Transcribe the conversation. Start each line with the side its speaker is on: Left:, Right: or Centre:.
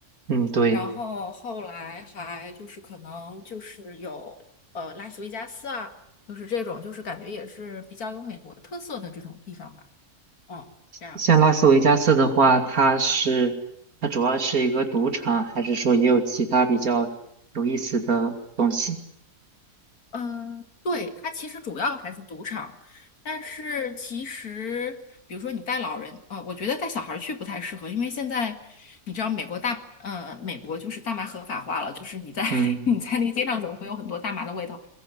Right: 嗯，对。
Left: 然后后来还就是可能就是有呃拉斯维加斯啊，就是这种就是感觉也是比较有美国特色的这种地方吧，嗯，这样子。
Right: 像拉斯维加斯的话，它是它主要是一个赌场，还是说也有其他比较有意思的东西？
Left: 嗯，对，它其实主要还是赌场，但是其实，比如说你带老人，呃，我觉得带小孩儿去不太适合，因为现在你知道美国大，呃，美国就是大麻合法化了，就是你在
Right: 嗯
Left: <laughs> 你在那个街上走会有很多大麻的味道，